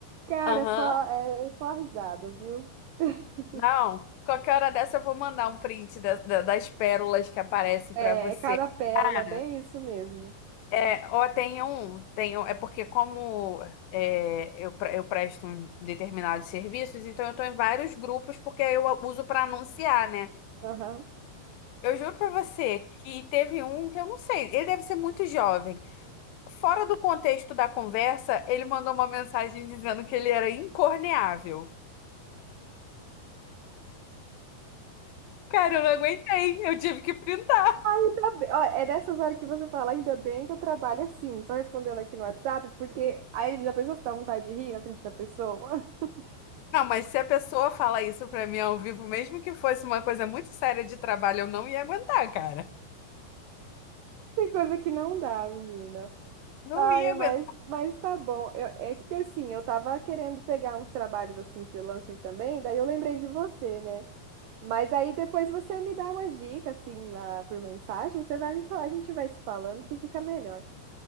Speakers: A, on the right (about 85°); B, on the left (about 80°).
A: Cara,
B: Aham.
A: é só, é é só risada, viu? <laughs>
B: Não, qualquer hora dessa eu vou mandar um print da- da- das pérolas que aparecem
A: É,
B: para você.
A: cada pérola,
B: Cara,
A: é bem isso mesmo.
B: É, ou tem um, tem um, é porque como é, eu, pre- eu presto um determinados serviços, então eu estou em vários grupos porque eu uso para anunciar, né?
A: Aham.
B: Eu juro para você que teve um que eu não sei, ele deve ser muito jovem. Fora do contexto da conversa, ele mandou uma mensagem dizendo que ele era incorneável. Cara, eu não aguentei, eu tive que printar.
A: Ah, Ainda bem, ó, é nessas horas que você fala, ainda bem que eu trabalho assim, só respondendo aqui no WhatsApp, porque aí já pensou se dá vontade de rir na frente da pessoa? <laughs>
B: Não, mas se a pessoa fala isso para mim ao vivo, mesmo que fosse uma coisa muito séria de trabalho, eu não ia aguentar, cara.
A: Tem coisa que não dá, menina.
B: Não
A: Ai,
B: ia
A: mas,
B: aguentar.
A: mas tá bom. Eu- é que assim, eu tava querendo pegar uns trabalhos assim, freelancer também, daí eu lembrei de você, né? Mas aí depois você me dá umas dicas, assim, lá por mensagem, você vai me falar, a gente vai se falando que fica melhor.